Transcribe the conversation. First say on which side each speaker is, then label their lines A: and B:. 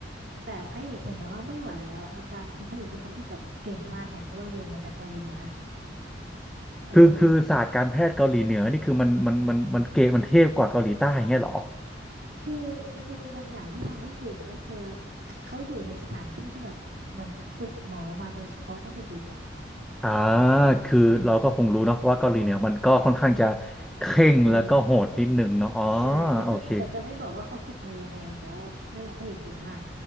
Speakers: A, on the right; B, in the centre.
A: แต่พระเอกเห็นนะว่าไม่ไหวแล้วอะอาการคือพระเอกด้วยความที่แบบเก่งมากไงเพราะว่าเรียนมาจากเกาหลีเหนือเออ
B: คือคือศาสตร์การแพทย์เกาหลีเหนือนี่คือมันมันมันมันเก๋มันเทพกว่าเกาหลีใต้อย่างเงี้ยเหรอ
A: คือมันจะมีบางอย่างที่ทำให้เก่งก็คือเขาอยู่ในสถานที่ที่แบบเหมือนฝึกหมอมาโดยเฉพาะตั้งแต่เด็กอ่ะ
B: อ่าคือเราก็คงรู้เนาะว่าเกาหลีเหนือมันก็ค่อนข้างจะเคร่งแล้วก็โหดนิดนึงเนาะอ๋อ
A: เออใช่แล้วก็แต่จะไม่บอกว่าเขาฝึกมายังไงแต่ว่านั่นแหละพระเอกเก่งมาก
B: โอเค